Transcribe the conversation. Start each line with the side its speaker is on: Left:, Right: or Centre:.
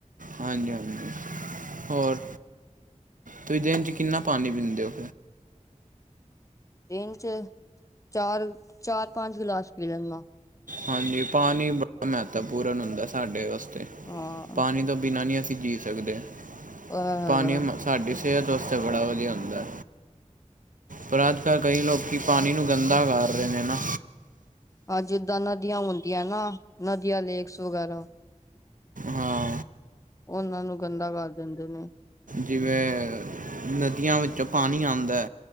Right: ਹਾਂਜੀ, ਹਾਂਜੀ ਹੋਰ ਤੁਸੀਂ ਦਿਨ 'ਚ ਕਿੰਨਾਂ ਪਾਣੀਂ ਪੀਂਦੇ ਹੋ।
Left: ਦਿਨ ਚ ਚਾਰ, ਚਾਰ ਪੰਜ ਗਲਾਸ ਪੀ ਲੈਨਾਂ।
Right: ਹਾਂਜੀ, ਪਾਣੀਂ ਬਹੁਤ ਮਹੱਤਵਪੂਰਨ ਹੁੰਦਾਂ ਸਾਡੇ ਵਾਸਤੇ।
Left: ਆਹ।
Right: ਪਾਣੀ ਤੋਂ ਬਿਨਾਂ ਨੀਂ ਅਸੀਂ ਜੀਅ ਸਕਦੇ
Left: ਇਹ ਹੈਗਾ
Right: ਪਾਣੀ ਮਸਾਂ ਸਾਡੀ ਸਿਹਤ ਵਾਸਤੇ ਬੜਾ ਵਧੀਆਂ ਹੁੰਦਾਂ। ਪਰ ਅੱਜ਼ ਕੱਲ੍ਹ ਕਈ ਲੋਕੀਂ ਪਾਣੀ ਨੂੰ ਗੰਦਾ ਕਰ ਰਹੇਂ ਨੇਂ ਨਾ।
Left: ਆ ਜਿੱਦਾਂ ਨਦੀਆਂ ਹੁੰਦੀਆਂ ਨਾ ਨਦੀਆਂ ਲੇਕਸ ਵਗ਼ੈਰਾ।
Right: ਹਾਂ।
Left: ਉਹਨਾਂ ਨੂੰ ਗੰਦਾ ਕਰ ਦਿੰਦੇਂ ਨੇਂ।
Right: ਜਿਵੇਂ ਨਦੀਆਂ ਵਿੱਚੋਂ ਪਾਣੀਂ ਆਂਦਾ।